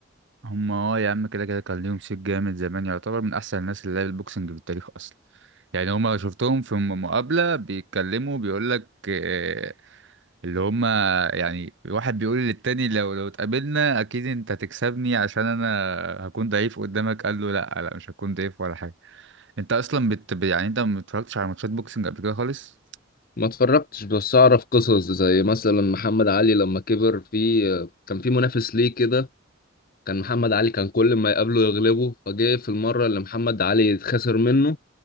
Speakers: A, on the right (about 65°); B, on the left (about 45°).
A: هم اه يا عم كده كده كان ليهم صيت جامد زمان يعتبر من احسن الناس اللي لعبت بوكسنج في التاريخ اصلا يعني هم شفتهم في م- مقابلة بيتكلموا بيقول لك آه، اللي هم يعني واحد بيقول للتاني لو لو اتقابلنا اكيد انت هتكسبني عشان انا هكون ضعيف قدامك قال له لا لا مش هكون ضعيف ولا حاجة انت اصلا بت... يعني انت ما اتفرجتش على ماتشات بوكسنج قبل كده خالص
B: ما اتفرجتش بس أعرف قصص زي مثلا محمد علي لما كبر في آه كان في منافس ليه كده كان محمد علي كان كل ما يقابله يغلبه فجه في المرة اللي محمد علي خسر منه